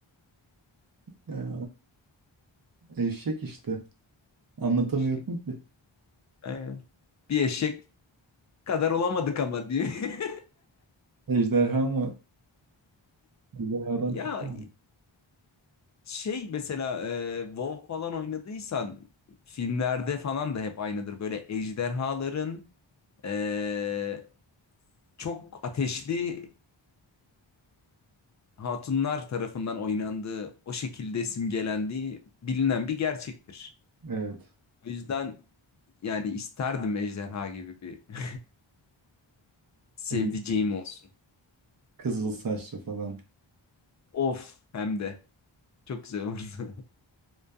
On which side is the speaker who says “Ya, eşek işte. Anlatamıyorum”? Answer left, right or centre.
Right